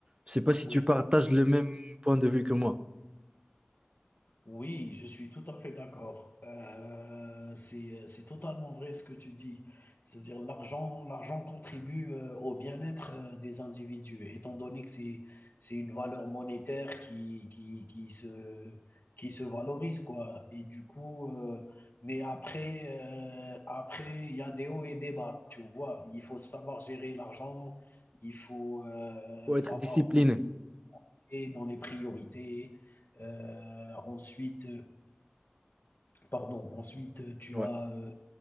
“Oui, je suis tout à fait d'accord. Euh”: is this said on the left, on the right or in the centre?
Left